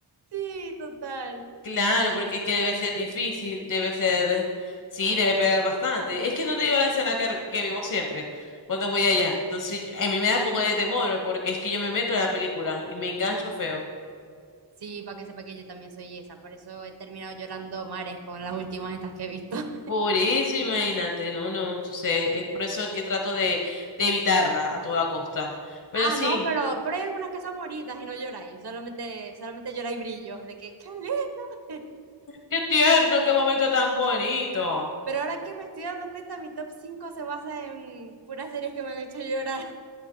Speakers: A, on the right (about 60°); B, on the left (about 45°).
A: Sí, total.
B: Claro,
A: No,
B: porque
A: sí,
B: es que debe
A: yo la
B: ser
A: cosa.
B: difícil, debe ser, sí, debe pegar bastante. Es que no te digo la escena que, que vivo siempre cuando voy allá. Entonces, yo- a mí me da poco de temor porque es que yo me meto en la película y me engancho feo.
A: Sí, para que sepa que yo también soy esa, por eso he terminado llorando mares con las últimas estas que he visto. <laughs>
B: Por eso, imagínate, no, no, entonces es por eso que trato de, de evitarla a toda costa. Pero
A: Ah,
B: sí,
A: no, pero, pero hay algunas que son bonitas y no lloráis, solamente, solamente lloráis brillos, de que, ¡qué le <laughs>
B: qué tierno, qué momento tan bonito.
A: Pero ahora que me estoy dando cuenta, mi top 5 se basa en puras series que me han hecho llorar,